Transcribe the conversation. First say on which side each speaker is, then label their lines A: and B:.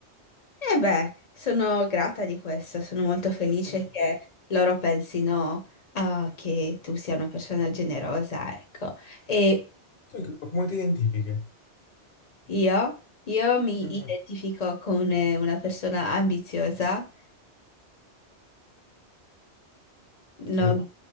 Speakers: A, on the left; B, on the left.
A: E beh, sono grata di questo, sono molto felice
B: Mm.
A: che loro pensino, ah, che tu sia una persona generosa, ecco. E
B: Tu in che profumo ti identifichi?
A: io, io mi
B: Mhm,
A: identifico con eh, una persona ambiziosa, non...
B: Sì.